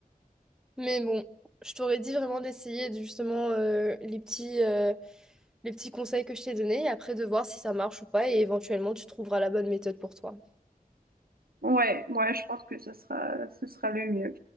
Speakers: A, in the centre; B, on the right.
A: Mais bon, je t'aurais dit vraiment d'essayer de- justement euh, les petits, euh, les petits conseils que je t'ai donnés et après de voir si ça marche ou pas et éventuellement tu trouveras la bonne méthode pour toi.
B: Ouais, ouais, je pense que ce sera, ce sera le mieux.